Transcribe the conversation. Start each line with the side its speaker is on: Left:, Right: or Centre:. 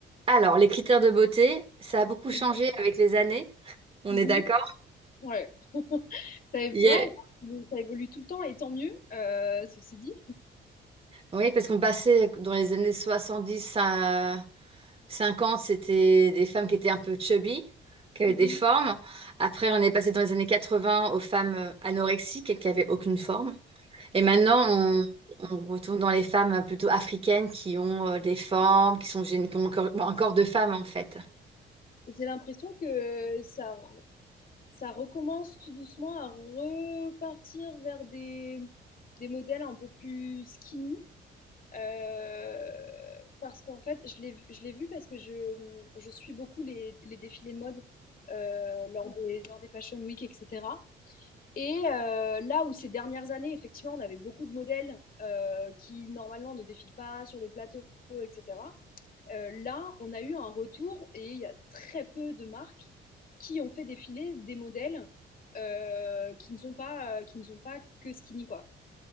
Right: Alors, les critères de beauté, ça a beaucoup
Left: Mmh
Right: changé avec les années, on
Left: mh.
Right: est d'accord?
Left: Ouais. <laughs> Ça év
Right: Il y
Left: ouais,
Right: a-
Left: ça évolue tout le temps et tant mieux, heu, ceci dit.
Right: Oui, parce qu'on passait dans les années 70 à 50, c'était des femmes qui étaient un peu chubby, qui avaient
Left: Mmh
Right: des formes. Après, on est passé dans les années 80 aux femmes euh, anorexiques qui avaient aucune forme. Et maintenant, on, on retourne dans les femmes euh, plutôt africaines qui ont euh, des formes, qui sont gén- qui ont un corps, un corps de femme en fait.
Left: J'ai l'impression que ça ça recommence tout doucement à repartir vers des des modèles un peu plus skinny, heu, parce qu'en fait, je l'ai je l'ai vu parce que je, mmh, je suis beaucoup les les défilés de mode, heu, lors des lors des Fashion Week et cetera Et heu, là où ces dernières années, effectivement, on avait beaucoup de modèles, heu, qui normalement ne défilent pas sur des plateaux et cetera, heu, là, on a eu un retour et il y a très peu de marques qui ont fait défiler des modèles, heu, qui ne sont pas, heu, qui ne sont pas que skinny, quoi.